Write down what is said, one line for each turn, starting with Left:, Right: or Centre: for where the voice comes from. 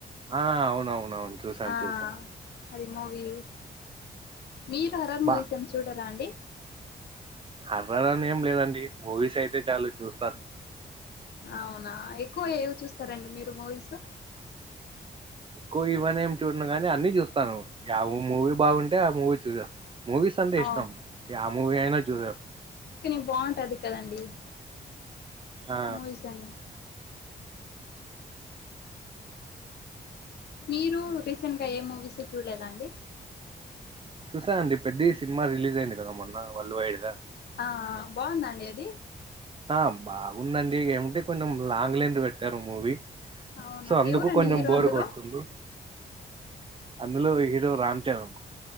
Right: ఆ అవునవునవును చూసాను
Left: ఆ
Right: చూసాను
Left: అది మూవీ మీరు హరర్
Right: బా
Left: మూవీస్ ఏం చూడరా అండి
Right: హర్రర్ అని ఏం లేదండి మూవీస్ అయితే చాలు చూస్తాను
Left: అవునా ఎక్కువ ఏవి చూస్తారండి మీరు మూవీస్
Right: ఎక్కువ ఇవన్న ఏం చూడను గాని అన్ని చూస్తాను యా మూవీ బాగుంటే ఆ మూవీ చూసేస్తాను మూవీస్ అంటే
Left: ఆ
Right: ఇష్టం యా మూవీ అయినా చూసేస్తాం
Left: కానీ బాగుంటాది కదండి
Right: ఆ
Left: మూవీస్ అన్ని మీరు రీసెంట్గా ఏ మూవీస్ చూడలేదా అండి
Right: చూసా అండి పెద్ది సినిమా రిలీజ్ అయింది కదా మొన్న వరల్డ్ వైడ్ గా
Left: ఆ బాగుందా అండి అది
Right: ఆ బాగుందండి ఏంమన్టే కొంచెం లాంగ్ లెంత్ పెట్టారు మూవీ
Left: అవునా
Right: సో అందుకు
Left: ఎవరండి
Right: కొంచెం
Left: హీరో
Right: బోరు
Left: అందులో
Right: కొడుతుంది అందులో హీరో రామ్ చరణ్